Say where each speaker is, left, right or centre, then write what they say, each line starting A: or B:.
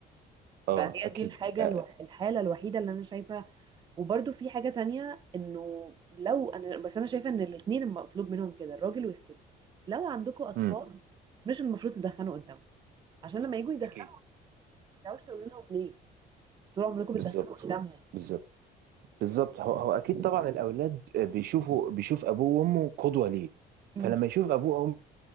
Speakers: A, on the right; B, on the right.
A: اه
B: فهي
A: اكيد
B: دي الحاجة
A: آه.
B: الوح... الحالة الوحيدة اللي أنا شايفة وبرده في حاجة تانية إنه لو أنا بس أنا شايفة إن الاتنين المطلوب منهم كده الراجل والست لو عندكم أطفال
A: مم.
B: مش المفروض تدخنوا قدامهم عشان لما يجوا يدخنوا
A: اكيد
B: ما تعرفوش تقولوا لهم ليه طول عمركم
A: بالظبط
B: بتدخنوا قدامهم
A: بالظبط بالظبط هو هو اكيد طبعا الاولاد بيشوفوا بيشوف ابوه وامه قدوة ليه
B: مم.
A: فلما يشوف ابوه